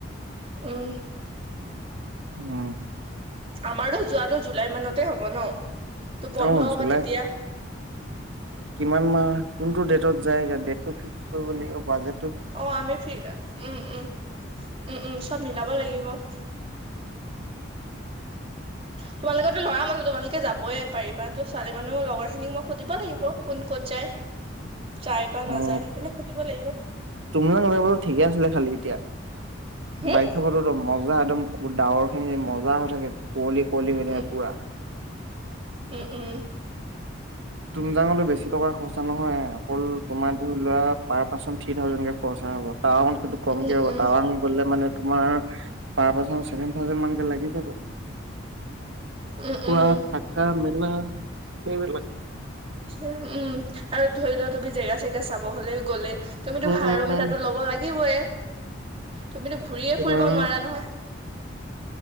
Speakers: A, on the right; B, on the right.
A: উম
B: উম,
A: আমাৰতো যোৱাটো জো লাই মানতে হ'ব ন তো বন্ধ
B: অ
A: হ'ব
B: জুলাই
A: তেতিয়া
B: কিমান মাহ কোনটো ডেটত যায় ডেটটো ফিক্স কৰিব লাগিব বাজেট
A: অ আমি ফি উম উম উম উম চব মিলাব লাগিব <unintelligible> তোমালোকেতো ল'ৰা মানুহ তোমালোকে যাবই পাৰিবা তো ছোৱালী মানুহ লগৰ খিনিক মই সুধিব লাগিব কোন ক'ত যায় যায় বা নাযায়
B: অ
A: সেইফালে সুধিব লাগিব
B: তোমালোকে বাৰু ঠিকে আছিলা খালি এতিয়া
A: হম
B: বাইষা বতৰতো মজ জা একদম ডাৱৰ খিনি মজা হৈ থাকে কুঁৱলী কুঁৱলী হৈ থাকে
A: উম
B: পুৰা
A: উম উম
B: তুমজাঙলৈ বেছি টকা খৰচা নহয় অকল তোমাৰ ধৰি লোৱা পাৰ পাৰ্চন থ্ৰী থাউজেণ্ড কে খৰচা হ'ব টাৱাংতকে কমকে
A: উম
B: হ'ব
A: উম
B: টাৱাং গলে মানে তোমাৰ পাৰ পাৰ্চন চেভেন থাউজেণ্ড মানকে লাগি যাব
A: উম
B: খোৱা
A: উম
B: থাকা মেলা <unintelligible>
A: উম আৰু ধৰি লও তুমি জেগা চেগা চাব হলে গ'লে তুমিতো
B: উম
A: ভাড়া
B: উম
A: ৰুম
B: উম
A: এটাতো ল'ব লাগিবয়ে তুমিতো ঘূৰিয়ে
B: তোমাৰ
A: ফুৰিব নোৱাৰা নহয়